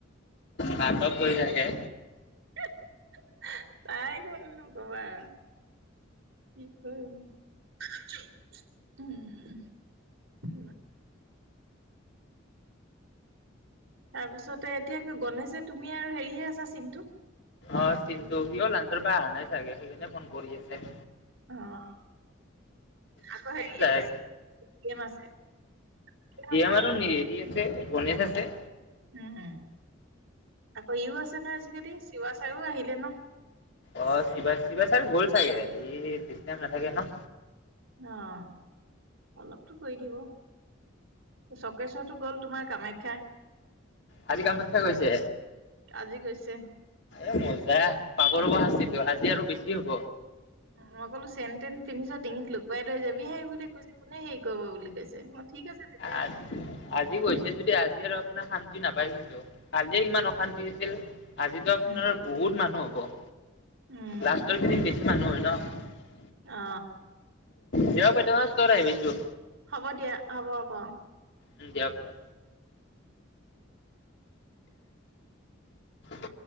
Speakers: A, on the left; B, on the right.
A: নাটক কৰি থাকে।
B: <unintelligible> তাইকো নকবা আৰু। কি কয় <unintelligible> উম', উম'। তাৰপিছতে এতিয়া কি গণেশে তুমিয়ে আৰু হেৰিয়ে আছা চিন্টো।
A: অহ, চিন্টো সিও লাঞ্চৰ পৰা অহা নাই চাগে, সেইকাৰণে ফোন কৰি আছে।
B: অহ, আকৌ হেৰি
A: যায়
B: আহিছে এ টি এম আছে। গেম
A: দি
B: আছে।
A: এম আৰু হেৰি আছে গণেশ আছে।
B: উম, আকৌ ইয়ো আছে নহয় আজিকালি চিৱা ছাৰো আহিলে ন।
A: অহ, চিৱা-চিৱা ছাৰো গ'ল চাগে ই বেছি টাইম নাথাকে ন।
B: অহ, অলপতো কৰি দিব। চৰ্কেশ্বৰতো গ'ল তোমাৰ কামাখ্যা।
A: আজি কামাখ্যা গৈছে,
B: আজি গৈছে।
A: এ মজা। পাৰ ৰব শাস্তিতো, আজি আৰু বেছি হ'ব।
B: মই কলোঁ চেন-তেন কিনিছা, ডিঙিত লুকুৱাই লৈ যাবিহেই, বোলে কৈছে কোনে হেৰি কৰিব বুলি কৈছে মই ঠিক আছে তেতিয়াহ'লে
A: আ-আজি গৈছে যদি আজি আৰু আপোনাৰ শান্তি নাপায় কিন্তু। কালিয়ে ইমান অশান্তি হৈছিল আজিতো আপোনাৰ
B: উম
A: বহুত মানুহ হ'ব।
B: উম
A: লাষ্টৰ কেইদিন বেছি মানুহ হয় ন।
B: অ
A: দিয়ক বাইদেউ ষ্টোৰ আহি পাইছোঁ।
B: হ'ব দিয়া। হ'ব, হ'ব।
A: উম', দিয়াক, দিয়ক। <unintelligible>